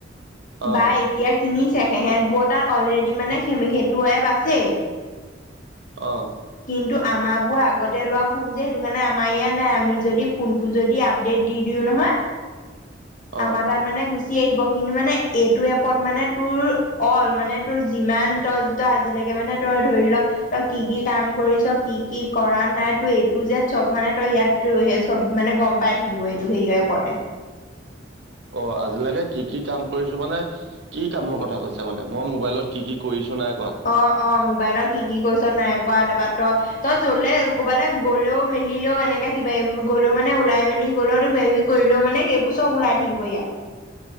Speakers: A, on the right; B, on the left.
A: অ
B: বা এতিয়া কিনিছে সেহেতবোৰৰ তাত অলৰেডি মানে সেইটো এপ আছেই।
A: অ'।
B: কিন্তু আমাৰবোৰ আগতে লোৱা ফোন যে সেইটো কাৰণে আমাৰ ইয়াত নাই, আমি যদি ফোন টো যদি আপডেট দি দিওঁ নহয়
A: অ
B: আমাৰ তাত মানে গুচি আহিব, কিন্তু মানে এইটো এপত মানে তোৰ অল মানে তোৰ যিমান ত' তই আজিলেকে মানে তোৰ ধৰি ল তই কি, কি কাম কৰিছ কি, কি কৰা নাই তোৰ এ, টো জেদ চব মানে তই ইয়াত টো সেই চব মানে গম পাই থাকিব এইটো হেৰিয় এপতে।
A: অ', আজিলৈকে কি, কি কাম কৰিছোঁ মানে কি কামৰ কথা কৈছে মানে মই মোবাইলত কি, কি কৰিছোঁ নাই কৰা!
B: অ', অ', মোবাইলত কি, কি কৰিছ নাই কৰা তাৰপা তই তই য'লে ক'বালে গ'লেও মেলিলেও এনেকে কিবা গ'লেও মানে ওলাই মেলি গ'লেও তোক কৰিলেও মানে সেইবোৰ চব ওলাই থাকিব ইয়াত।